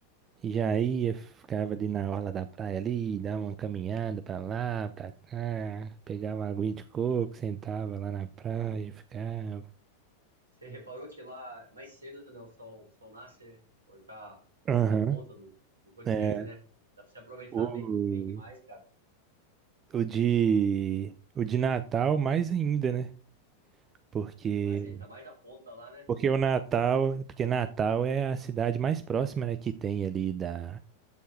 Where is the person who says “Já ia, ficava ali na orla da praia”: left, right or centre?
Right